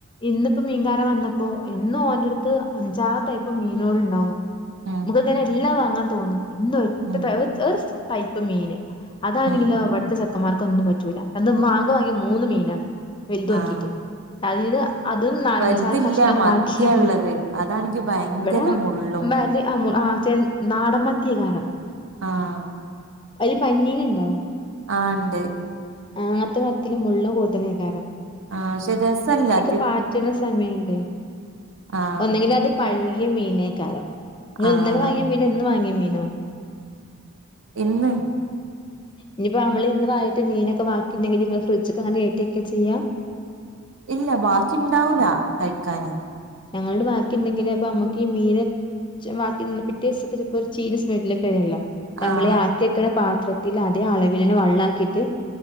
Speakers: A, on the left (about 25°); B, on the right (about 60°).
A: ഇന്ന്പ്പോ മീൻകാരൻ വന്നപ്പോ എന്നും ഓൻ്റട്ത്ത് അഞ്ചാറ് ടൈപ്പ് മീനോള്ണ്ടാവും
B: ഉം
A: നമുക്ക്ങ്ങനെ എല്ലാം വാങ്ങാൻ തോന്നും ഇന്ന് ഒറ്റ
B: ഉം
A: ഒ ഒരു ടൈപ്പ് മീന് അതാണെങ്കിലോ
B: ഉം
A: ഇവട്ത്തെ
B: ഉം
A: ചെക്കന്മാർക്കൊന്നും പറ്റൂല്ല ഇപ്പ ഇന്ന് ഉമ്മആകെ വാങ്ങിയത് മൂന്ന് മീനാ വെൽത് നോക്കീട്ട്
B: ആഹ്
A: അതീന്ന് അതും നാലഞ്ചാറ്
B: വലുതില്ല
A: കഷ്ണം
B: മത്തിയാ
A: വാക്കിയാണ്
B: ഇള്ളത് അതാണെങ്കി ഭയങ്കര
A: ഇവടെ ഉമ്മ
B: മുള്ളും
A: <unintelligible> ആഹ് <unintelligible> നാടൻ മത്തി യേക്കാരം
B: ആഹ്
A: അയില് പഞ്ഞീന് ഇണ്ടോ
B: ആഹ് ഇണ്ട്
A: അങ്ങൻത്തെ മത്തില് മുള്ളും കൂടുതലേയ്ക്കാരം
B: ആഹ് പഷേ രസല്ലേ
A: ഇപ്പ പാറ്റ്ണ സമയല്ലെ
B: ആഹ്
A: ഒന്നെങ്കി ല് അത് പഴകിയ മീനേയ്ക്കാരം ഇങ്ങള്
B: ആഹ്
A: ഇന്നലെ വാങ്ങിയ മീനോ ഇന്ന് വാങ്ങിയ മീനോ
B: ഇന്ന്
A: ഇഞ്ഞിപ്പോ ഞ്ഞമ്മള് ഇന്ന് വാങ്ങിട്ട് മീനൊക്കെ വാക്കിയിണ്ടെങ്കില് ഇങ്ങള് ഫ്രിഡ്ജ്ക്കങ്ങനെ കേറ്റി വെക്കാ ചെയ്യാ
B: ഇല്ല ബാക്കിയുണ്ടാവൂല കഴിക്കാന്
A: ഞങ്ങൾടെ ബാക്കിയിണ്ടങ്കിലെ അപ്പ ഞ്ഞമ്മക്കീ മീന് ച്ചെ ബാക്കിയിണ്ട പിറ്റേസത്തെ ചെലപ്പൊര് ചീഞ്ഞ സ്മെല്ലൊക്കെ വരൊല്ലോ ഞ്ഞമ്മളീ
B: ആഹ്
A: ആക്കി വെക്ക്ണ പാത്രത്തില് അതേ അളവിലെ ന്നെ വള്ളാക്കിയിട്ട്